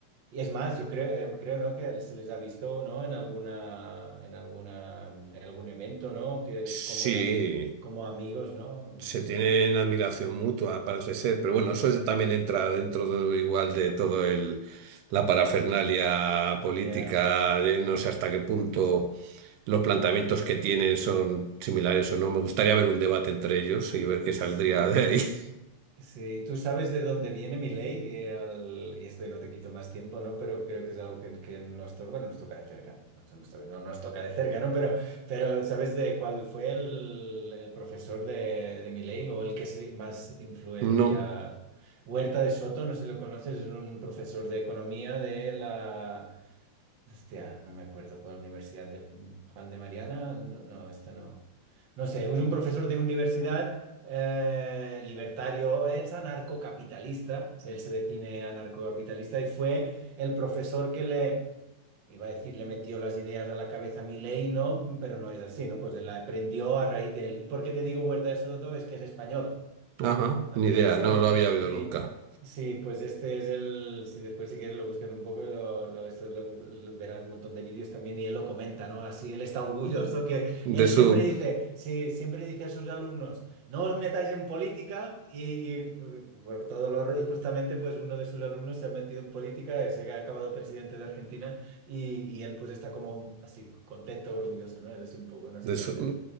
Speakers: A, on the right; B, on the right.
A: y es más yo creo eh, creo no que se les ha visto no en alguna en alguna mm, en algún evento no que
B: Sí,
A: es como como amigos no no
B: Se
A: sé
B: tienen admiración mutua, parece ser, pero bueno, eso es- también entra dentro de- igual de todo el la parafernalia
A: si-
B: política,
A: yeah,
B: de no sé hasta qué punto los planteamientos
A: yeah.
B: que tienen son similares o no. Me gustaría ver un debate entre ellos y ver qué saldría
A: sí
B: de ahí. <laughs>
A: Sí, tú sabes de dónde viene mi ley, eh, al- y esto no te quito más tiempo, ¿no? Pero creo que es algo que, que nos toca, bueno, nos toca de cerca, nos- nos toca- no nos toca de cerca, ¿no? Pero, pero ¿sabes de cuál fue el, el profesor de, de mi ley o el que se más influencia?
B: No,
A: Huerta de Soto, no sé si lo conoces, es un profesor de economía de la Hostia, no me acuerdo cuál universidad del Juan de Mariana. No, no, esta no. No sé, es un profesor de universidad eh, libertario, es anarcocapitalista, se- él se define anarcocapitalista y fue el profesor que le, iba a decir, le metió las ideas a la cabeza a Milei, ¿no? Pero no es así, ¿no? Pues él la aprendió a raíz de él. ¿Y por qué te digo Huerta de Soto? Es que es español.
B: ajá,
A: También,
B: ni idea,
A: ¿sabes?
B: no lo había oído
A: Y
B: nunca.
A: sí, pues este es el. Si después, si quieres, lo buscar un poco y lo, lo- esto lo- lo- verás un montón de vídeos también. Y él lo comenta, ¿no? Así él está orgulloso que
B: De
A: él
B: su,
A: siempre dice, sí, siempre dice a sus alumnos, no os metáis en política. Y, y por por todo lo. ro- Y justamente, pues uno de sus alumnos se ha metido en política, se ha acabado presidente de Argentina. Y, y él, pues está como así, contento, orgulloso, ¿no? Es así un poco una
B: de
A: situación.
B: su...